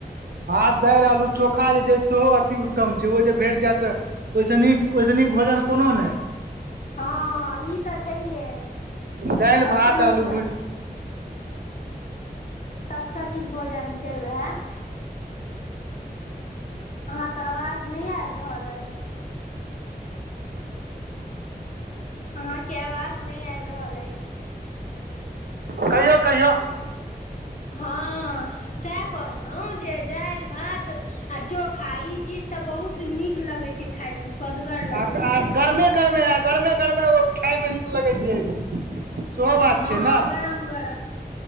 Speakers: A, on the right; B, on the left.
A: भात दालि आलू चोखा जे छै सेहो अति उत्तम छै ओ जे भेट जाय तऽ ओहिसँ नीक ओहिसँ नीक भोजन कोनो नहि
B: हाँ हाँ ई तऽ छैहे
A: दालि
B: सभसँ
A: भात
B: नीक
A: आलू
B: भोजन
A: भुज
B: सभसँ नीक भोजन छै उएह अहाँके आवाज नहि आबि रहल अइछ अहाँके आवाज नहि आबि रहल अइछ
A: कहियौ कहियौ
B: हाँ सएह कहलहुँ जे दालि भात आ चोखा ई चीज तऽ बहुत नीक लगै छै खायमे स्वदगर लगै
A: आ
B: छै
A: गरमे गरमे आ गरमे गरमे ओ खायमे नीक लगैत छै सेहो बात
B: हँ
A: छै ना
B: गरम गरम